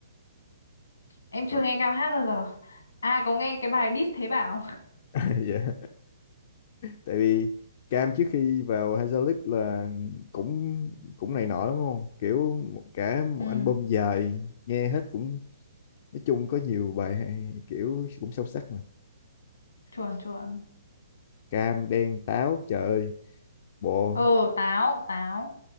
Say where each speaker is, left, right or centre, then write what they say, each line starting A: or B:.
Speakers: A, on the left; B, on the left.
A: em chưa
B: Ờ,
A: nghe Cam hát bao giờ à có nghe cái bài diss thế bảo
B: <laughs> dạ tại vì Cam trước khi vào Hazelit là cũng cũng này nọ lắm đúng không kiểu một- cả
A: <laughs>
B: một
A: ừ
B: album dài nghe hết cũng nói chung có nhiều bài hay, kiểu cũng sâu sắc mà
A: chuẩn chuẩn
B: Cam đen táo trời ơi bộ
A: ờ táo táo